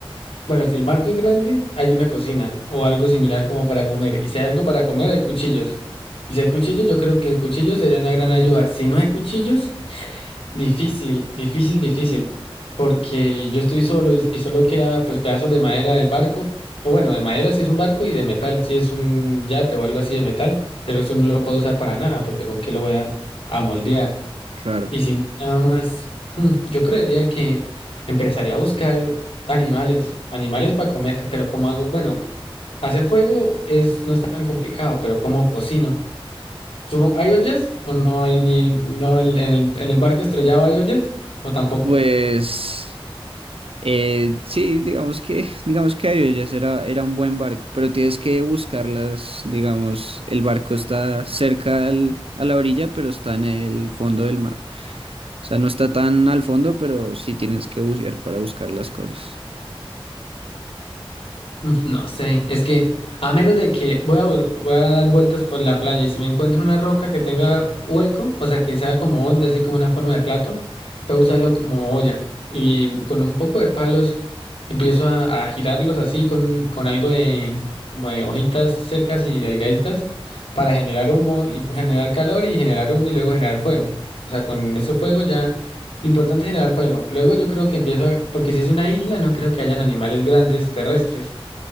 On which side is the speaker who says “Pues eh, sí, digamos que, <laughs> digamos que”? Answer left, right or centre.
Right